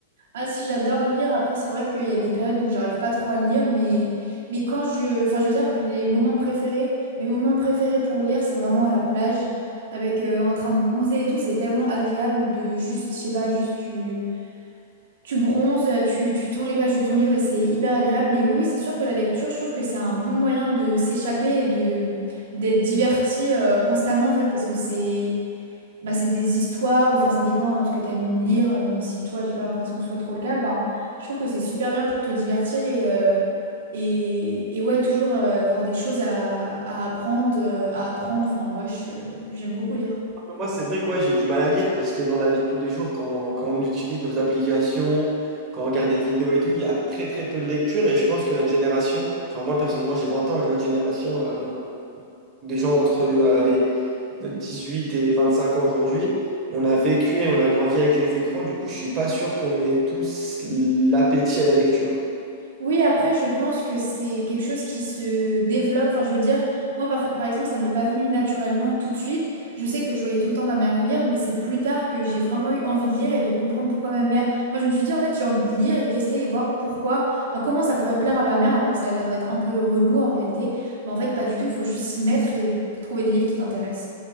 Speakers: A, on the right; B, on the right.
A: Ah si, j'adore lire. Après, c'est vrai qu'il y a des périodes où j'arrive pas trop à lire, mais, mais quand je... Enfin, je veux dire, les moments préférés, mes moments préférés pour lire, c'est vraiment à la plage, avec euh, en train de bronzer et tout. C'est tellement agréable de juste, je sais pas, juste tu, tu bronzes, tu, tu tournes les pages de ton livre et c'est hyper agréable. Mais oui, oui, c'est sûr que la lecture, je trouve que c'est un bon moyen de s'échapper et de d'être diverti euh, constamment, en fait, parce que c'est bah, c'est des histoires, ou enfin ça dépend euh, ce que tu aimes lire, euh, même si toi j'ai pas l'impression que ce soit trop le cas, bah, je trouve que c'est super bien pour te divertir et, euh, et, et ouais, toujours euh, avoir des choses à, à apprendre, euh, à apprendre, enfin ouais, je- j'aime beaucoup lire.
B: Mais Moi, c'est vrai, quoi, j'ai du mal à lire, parce que dans la vie de tous les jours, quand, quand on utilise nos applications, quand on regarde des vidéos et tout, il y a très très peu de lecture, et je pense que notre génération, enfin moi personnellement j'ai 20 ans, mais notre génération, euh, des gens entre, euh, allez, de 18 et 25 ans aujourd'hui, on a vécu et on a grandi avec les écrans, du coup, je suis pas sûr qu'on ait tous l'appétit à la lecture.
A: Oui, après, je pense que c'est quelque chose qui se développe. Enfin, je veux dire, moi, par, par exemple, ça m'est pas venu naturellement tout de suite. Je sais que je voyais tout le temps ma mère lire, mais c'est plus tard que j'ai vraiment eu envie de lire et de comprendre pourquoi ma mère. Enfin, je me suis dit, en fait, j'ai envie de lire et de tester et voir pourquoi, enfin, comment ça pourrait plaire à ma mère, alors que ça a l'air d'être un peu relou en réalité. Mais en fait, pas du tout. Faut juste s'y mettre et trouver des livres qui t'intéressent.